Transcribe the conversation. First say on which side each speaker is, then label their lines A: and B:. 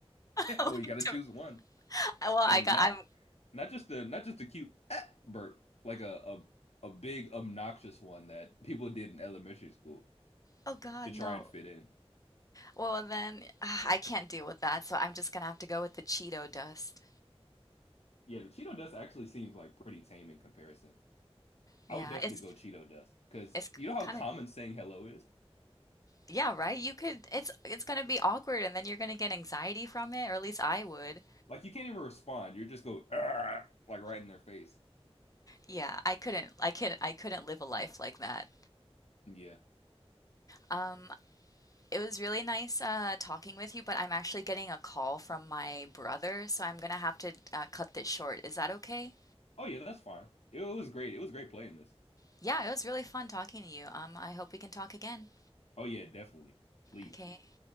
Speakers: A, on the left; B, on the left.
A: Like,
B: Well, you gotta
A: to-
B: choose one.
A: well, I
B: And
A: got
B: not
A: I'm
B: not just a not just a cute "Ah," burp, like a, a a big obnoxious one that people did in elementary school
A: oh God,
B: to try
A: no.
B: and fit in.
A: Well, then <sighs> ah, I can't deal with that, so I'm just gonna have to go with the Cheeto dust.
B: Yeah, the Cheeto dust actually seems like pretty tame in comparison.
A: Yeah,
B: I would definitely
A: it's
B: go Cheeto dust because
A: it's
B: you know how
A: kind
B: common
A: of
B: saying hello is?
A: yeah, right? You could it's it's gonna be awkward and then you're gonna get anxiety from it, or at least I would.
B: Like you can't even respond. You just go "Argh," like right in their face.
A: Yeah, I couldn't I could I couldn't live a life like that.
B: Yeah.
A: Um, it was really nice uh, talking with you, but I'm actually getting a call from my brother, so I'm gonna have to uh, cut this short. Is that okay?
B: Oh yeah, that's fine. It was great. It was great playing this.
A: Yeah, it was really fun talking to you. Um, I hope we can talk again.
B: Oh yeah, definitely. Please.
A: Okay,